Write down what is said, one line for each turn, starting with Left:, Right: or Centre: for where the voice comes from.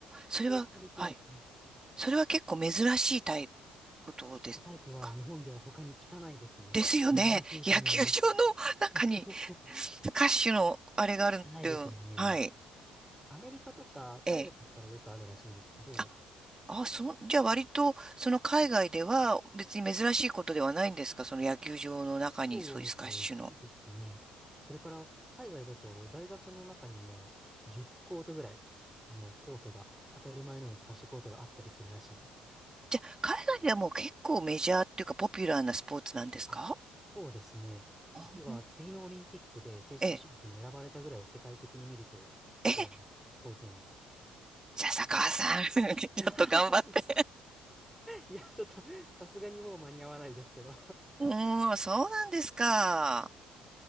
Right: それは、
Centre: そこを借りてやってます。
Right: はい。それは結構珍しいタイプことですか
Centre: そのタイプは日本では他に聞かないですね。
Right: ですよね。
Centre: 珍しいと思います。
Right: 野球場の中に、
Centre: <laughs>
Right: スカッシュのあれがあるっていう。
Centre: ないですよね。
Right: はい。
Centre: アメリカとか海外だったらよくあるらしいんですけど、
Right: ええ。あ、あ、そう、じゃあ割と、その海外では別に珍しいことではないんですかその野球場の中にそういうスカッシュの。
Centre: そうみたいですね。それから海外だと大学の中にも10コートぐらい、もうコートが、当たり前のように透かしコートがあったりするらしいです。
Right: じゃあ、海外ではもう結構メジャーっていうかポピュラーなスポーツなんですか
Centre: あ、そうですね。
Right: あ
Centre: 実は次のオリンピックで正式種目に選ばれたぐらい世界的に見るとポピュラーなスポーツなんですよ。
Right: ええ。ええ、じゃあ、坂川さん、<laughs> ちょっと頑張って。
Centre: <laughs> いや、ちょっと、さすがにもう間に合わないですけど。
Right: うーん、そうなんですか。